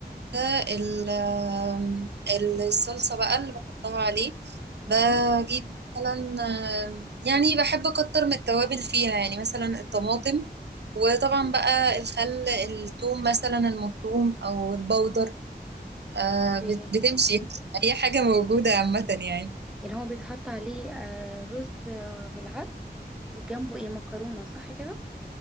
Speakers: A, on the right; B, in the centre.
A: ده ال- آم، الصلصة بقى اللي بحطها عليه بجيب
B: مهم.
A: مثلا آم، يعني بحب أكتر من التوابل فيها يعني مثلا الطماطم وطبعا بقى الخل الثوم مثلا المفروم أو البودر آه،
B: ايه
A: بت- بتمشي <laughs> أي حاجة موجودة عامة يعني
B: يعني هو بيتحط عليه آه، رز آه، بالعدس وجنبه ايه مكرونة صح كده